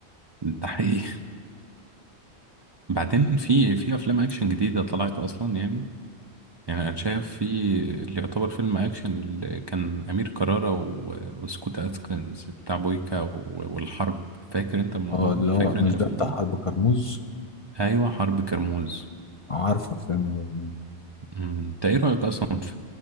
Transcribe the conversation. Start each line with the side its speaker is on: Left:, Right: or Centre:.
Right: ده حقيقي <laughs> بعدين في في افلام اكشن جديدة طلعت اصلا يعني يعني انا شايف في اللي يعتبر فيلم اكشن اللي كان امير كرارة و... وسكوت اتكنز بتاع بويكا و... والحرب فاكر انت الموضوع
Left: هو
Right: ده
Left: اللي
Right: فاكر
Left: هو مش
Right: انت فاهمه
Left: ده بتاع حرب كرموز
Right: ايوه حرب كرموز
Left: آه، عارفه الفيلم ده يا زميلي.
Right: أمم، انت ايه رايك اصلا في